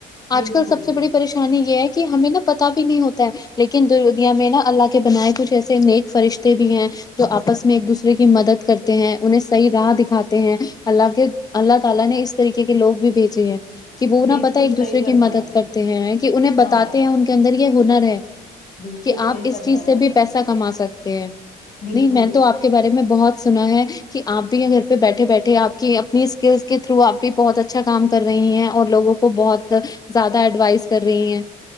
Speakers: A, on the left; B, on the left.
A: بالکل
B: آج کل سب سے بڑی پریشانی یہ ہے کہ ہمیں نا پتہ بھی نہیں ہوتا ہے لیکن دنیا میں نا اللہ کے بنائے کچھ ایسے نیک فرشتے بھی ہیں جو اپس میں ایک دوسرے کی مدد کرتے ہیں انہیں صحیح راہ دکھاتے ہیں اللہ کے اللہ تعالی نے اس طریقے کے لوگ بھی بھیجے ہیںی کہ وہ نہ
A: بالکل
B: پتا ایک
A: صحیح
B: دوسرے
A: فرمایا
B: کی مدد کرتے ہیں کہ انہیں بتاتے
A: ہاں
B: ہیں ان کے انر یہ ہونا ہے <unintelligible>
A: بالکل
B: کہ آپ
A: صحیح
B: اس
A: فرمایا
B: چیز سے
A: آپ
B: بھی
A: نے
B: پیسہ کما سکتے کہ
A: بالکل
B: نہیں میں تو آپ کے بارے میں بہت سنا ہے کہ آپ بھی یہ گھر پہ بیٹھے بیٹھے آپ کی اپنی سکلس کے تھرو آپ بھی بہت اچھا کام کر رہی ہیں اور لوگوں کو بہت زیادہ ایڈوائز کر رہی ہیں